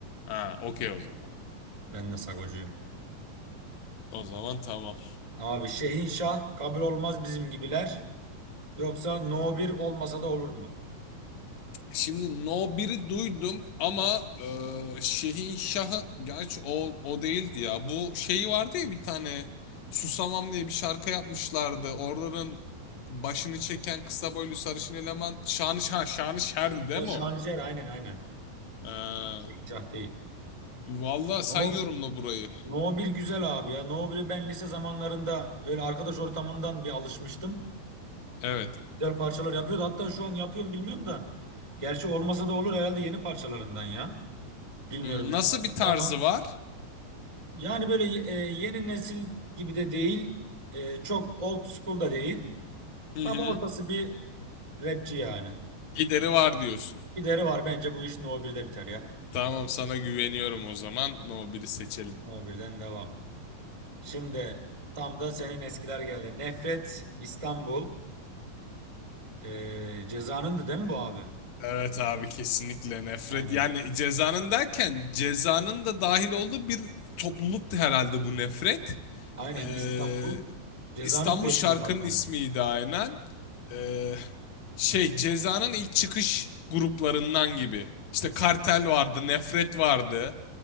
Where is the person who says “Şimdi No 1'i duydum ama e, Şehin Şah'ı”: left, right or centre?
Left